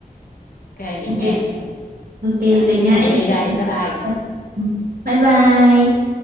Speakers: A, on the left; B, on the right.
A: ok vậy
B: ok,
A: nha.
B: ok
A: Rồi,
B: vậy nha
A: thôi
B: em.
A: chị đi đây. Bye bye.
B: Ừ. Bye bye.